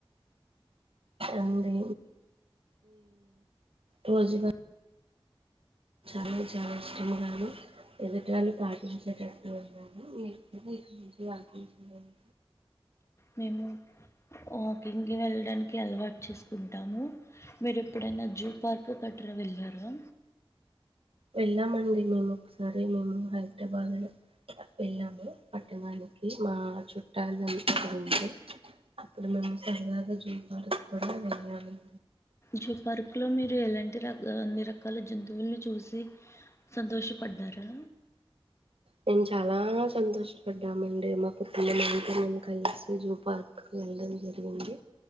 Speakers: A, on the right; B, on the left.
A: అండి రోజుగా అ చాలా ఇష్టంగాను ఎదుటి వాళ్ళు పాటించేటట్టు ఉన్నాను. నేను ఇక నుంచి పాటించలనుకొంటున్నాను
B: మేము వాకింగ్ కి వెళ్ళడానికి అలవాట్ చేేస్ కుంటాము. మీరు ఎప్పుడైనా జూ పార్క్ గట్రా వెళ్ళారా.
A: వెళ్ళామండి మేము ఒకసారి మేము హైదరాబాద్ లో వెళ్ళాము. పట్టణానికి మా చుట్టాలు ఉంటే అప్పుడు మేము సరదాగా జూ పార్క్ కూడా వెళ్ళామండి.
B: జూ పార్క్ లో మీరు ఎలాంటి ర అన్ని రకాల జంతువుల్ని చూసి సంతోషపడ్డారా.
A: మేము చాలా సంతోషపడ్డామండి. మా పిల్లలుతో మేము కలిసి జూ పార్క్ వెళ్ళడం జరిగింది.